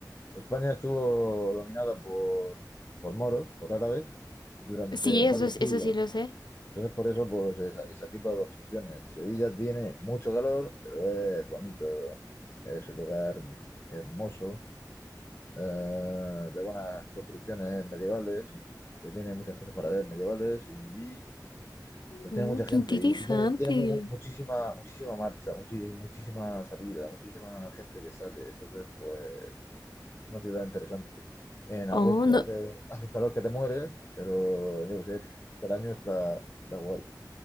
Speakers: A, on the left; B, on the left.
A: España estuvo dominada por, por moros, por árabes, durante
B: Sí, eso,
A: varios
B: es-
A: siglos.
B: eso sí lo sé.
A: Entonces, por eso, pues, esa- ese tipo de construcciones. Sevilla tiene mucho calor, pero es bonito, es un lugar hermoso, eh, de buenas construcciones medievales, que tiene muchas cosas para ver medievales y, y, pues
B: Uh,
A: tiene mucha gente
B: qué interesante.
A: y, y tiene, tiene mu- mu- muchísima, muchísima marcha, muchi- muchísima salida, muchísima gente que sale. Entonces, pues una ciudad interesante. En agosto
B: Oh, no.
A: hace, hace un calor que te mueres, pero yo qué sé, por año está, está guay.